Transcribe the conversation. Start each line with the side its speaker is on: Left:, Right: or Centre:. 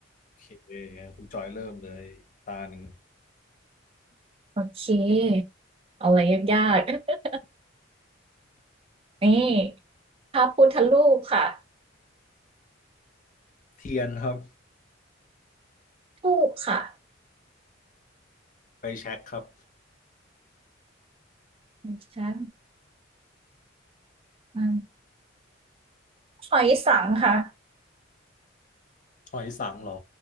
Left: โอเคคุณจอยเริ่มเลยตาหนึ่ง
Right: โอเคเอาอะไรยากๆ <laughs> นี่พระพุทธรูปค่ะ
Left: <laughs> เทียนครับ
Right: ทูปค่ะ
Left: ไปแช็กครับ
Right: ไม่ใช่อาหอยสังค่ะ
Left: หอยสังเหรอ